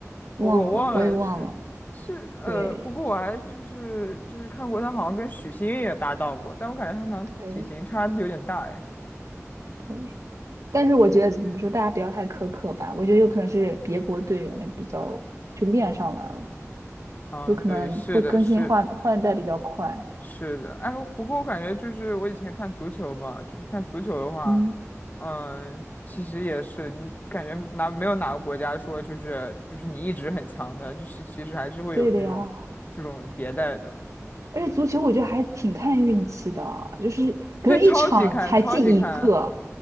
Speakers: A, on the right (about 80°); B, on the left (about 35°).
A: 忘了，
B: 我我忘了是是呃，
A: 我也忘了。对
B: 不过我还就是就是看过他好像跟许昕也搭档过，但我感觉他们俩体型差的有点大哎。
A: 对对，但是我觉得怎么说，大家不要太苛刻吧。我觉得有可能是别国队员的比较就练上来了，
B: 嗯，
A: 有可能会更新换换代比较快。
B: 对，是的，是的是的，哎，不过我感觉就是我以前看足球嘛，就是看足球的话，
A: 嗯，
B: 嗯，其实也是，你感觉哪没有哪个国家说就是就是你一直很强的，就是其实还是会有这种这种迭代的。
A: 对的呀。而且足球我觉得还挺看运气的，就是可能一场才进一个，
B: 对，超级看，超级看，